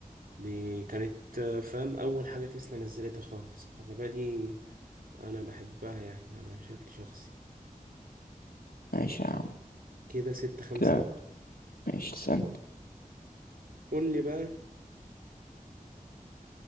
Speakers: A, on the right (about 75°); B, on the left (about 85°).
A: دي كانت آه، فاهم أول حاجة تسلا نزلتها خالص العربية دي أنا بحبها يعني على شكل شخصي
B: ماشي يا عم
A: كده ستة خمسة
B: كده ماشي ثاني
A: قول لي بقى